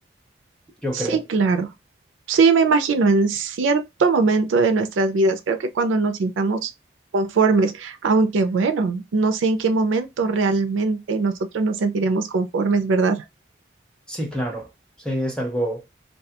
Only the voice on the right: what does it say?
Sí,
claro. Sí, me imagino, en cierto momento de nuestras vidas, creo que cuando nos sintamos conformes, aunque bueno, no sé en qué momento realmente nosotros nos sentiremos conformes, ¿verdad?